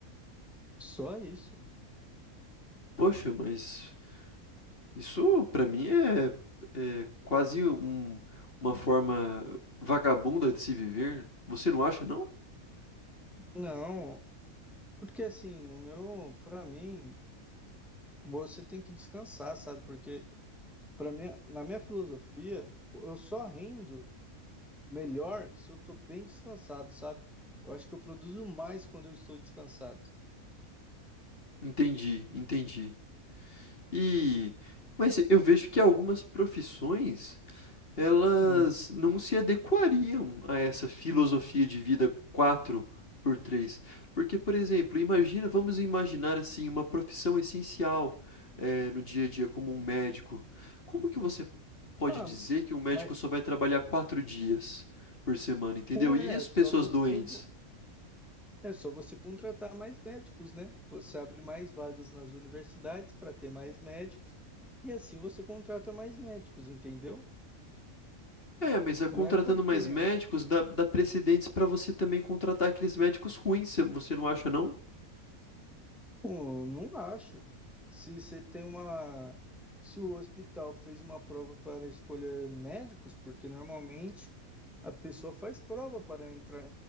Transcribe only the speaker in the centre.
Só isso.
Não, porque assim, no meu, para mim, você tem que descansar, sabe? Porque para mim, na minha filosofia, eu só rendo melhor se eu tô bem descansado, sabe? Eu acho que eu produzo mais quando eu estou descansado.
Hum.
Ah,
mas
ué,
é só
você
vo- é só você contratar mais médicos, né? Você abre mais vagas nas universidades para ter mais médicos e assim você contrata mais médicos, entendeu?
Não é porque
Pô, não acho. Se você tem uma. Se o hospital fez uma prova para escolher médicos, porque normalmente a pessoa faz prova para entrar